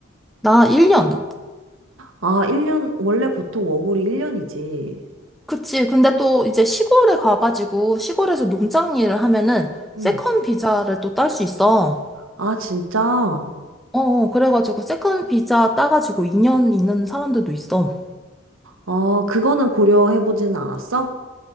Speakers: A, in the centre; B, on the right (about 85°).
A: 나 1년
B: 아, 1년, 원래 보통 워홀이 1년이지.
A: 그치. 근데 또 이제 시골에 가가지고 시골에서 농장 일을 하면은
B: 응.
A: 세컨 비자를 또 딸 수 있어.
B: 아, 진짜.
A: 어, 어, 그래가지고 세컨 비자 따가지고 2년 있는 사람들도 있어.
B: 아, 그거는 고려해보지는 않았어?